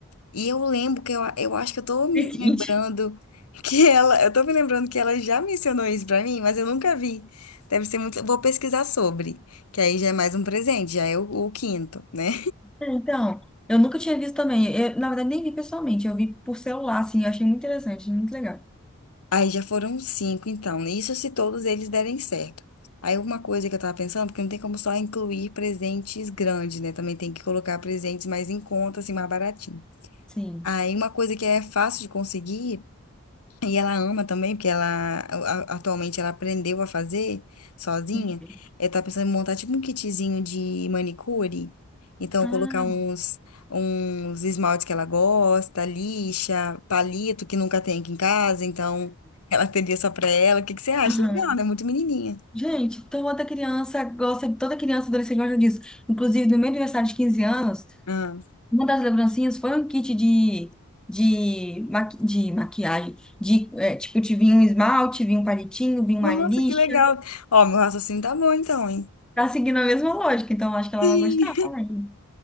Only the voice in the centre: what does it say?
Entendi.
Então, eu nunca tinha visto também. Eu, na verdade, nem vi pessoalmente, eu vi por celular, assim, eu achei muito interessante, muito legal.
Sim.
Ok.
Ah,
aham.
Gente, toda criança gosta, toda criança e adolescente gosta disso. Inclusive, no meu aniversário de 15 anos,
uma das lembrancinhas foi um kit de, de, maqui, de maquiagem. De, é, tipo, te vinha um esmalte, vinha um palitinho, vinha uma
lixa
Tá seguindo a mesma lógica, então eu acho que ela
vai gostar. né?